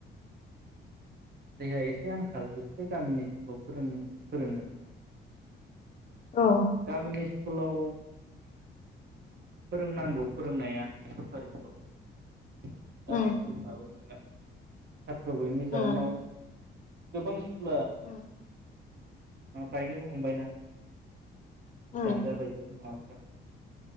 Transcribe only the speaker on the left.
औ
उम
उम
उम
उम